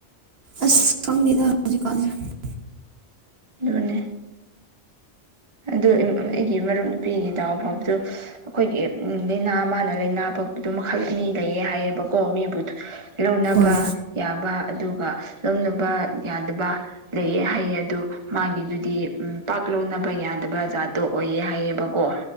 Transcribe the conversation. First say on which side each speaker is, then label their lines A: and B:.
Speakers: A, on the right; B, on the right.
A: ꯑꯁ ꯈꯪꯗ‌ꯦꯗ ꯍꯧꯖꯤꯛꯀꯟꯁ‌ꯦ
B: ꯑꯗꯨꯅꯦ ꯑꯗꯨ ꯑꯩꯒꯤ ꯃꯔꯨꯞ ꯅꯨꯄꯤꯒꯤ ꯗꯥꯎ ꯐꯕꯗꯨ ꯑꯩꯈꯣꯏꯒꯤ ꯎ ꯂꯩꯅꯥ ꯃꯥꯅ ꯂꯩꯅꯥ ꯄꯛꯄꯗꯨꯣ ꯃꯈꯜ ꯑꯅꯤ ꯂꯩꯌꯦ ꯍꯥꯏꯌꯦꯕꯀꯣ ꯃꯤꯕꯨ ꯂꯧꯅꯕ
A: ꯍꯣꯏ
B: ꯌꯥꯕ ꯑꯗꯨꯒ ꯂꯧꯅꯕ ꯌꯥꯗꯕ ꯂꯩꯑ ꯍꯥꯏꯩꯌꯦ ꯑꯗꯣ ꯃꯥꯒꯤꯗꯨꯗꯤ ꯎ ꯄꯥꯛ ꯂꯧꯅꯕ ꯕ ꯌꯥꯗꯕ ꯖꯥꯠꯇꯣ ꯑꯣꯏꯌꯦ ꯍꯥꯏꯌꯦꯕꯀꯣ